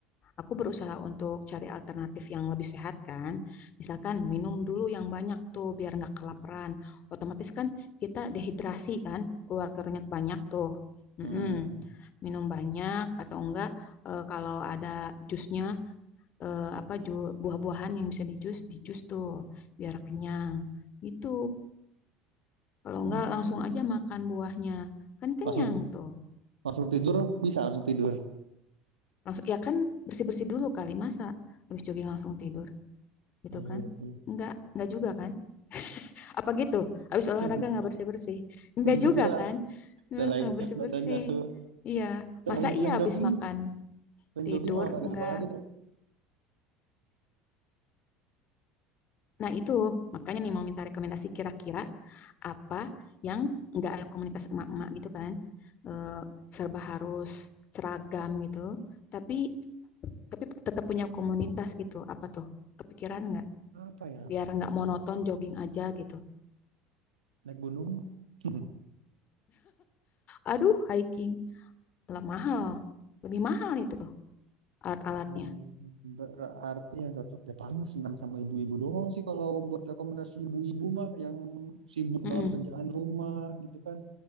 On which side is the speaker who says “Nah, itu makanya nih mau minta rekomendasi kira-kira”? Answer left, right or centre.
Left